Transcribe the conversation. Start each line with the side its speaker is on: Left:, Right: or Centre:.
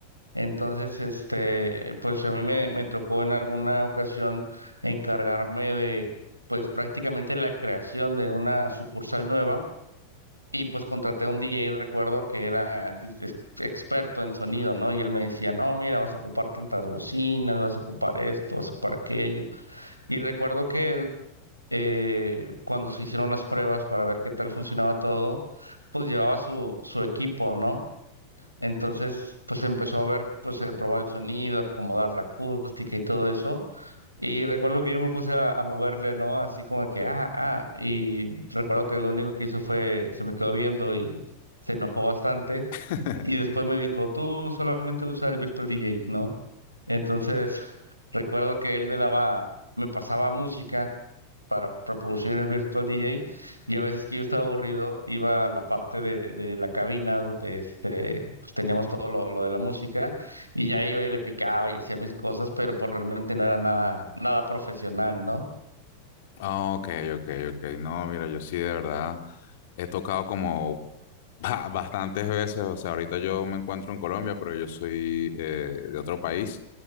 Right: Entonces, este, pues a mí me, me tocó en alguna ocasión encargarme de, pues prácticamente la creación de una sucursal nueva y pues contraté a un DJ, recuerdo que era dis- ex- experto en sonido, ¿no? Y él me decía, no, mira, vas a ocupar tantas bocinas, vas a ocupar esto, vas a ocupar aquello. Y recuerdo que él, eh, cuando se hicieron las pruebas para ver qué tal funcionaba todo, pues llevaba su, su equipo, ¿no? Entonces, pues empezó a ver, pues eh, probar el sonido, acomodar la acústica y todo eso. Y recuerdo que yo me puse a, a moverle, ¿no? Así como que, ah, ah. Y recuerdo que lo único que hizo fue, se me quedó viendo y se enojó bastante.
Left: <laughs>
Right: Y después me dijo, tú solamente usa el Virtual DJ, ¿no? Entonces, recuerdo que él me daba, me pasaba música para reproducir en el Virtual DJ y a veces que yo estaba aburrido iba a la parte de, de la cabina donde este, pues teníamos todo lo, lo de la música y ya iba y le picaba y hacía mis cosas, pero pues realmente no era nada, nada profesional, ¿no?
Left: Ah, Ok, ok, ok. No, mira, yo sí de verdad he tocado como Ba- Bastantes veces, o sea, ahorita yo me encuentro en Colombia, pero yo soy eh, de otro país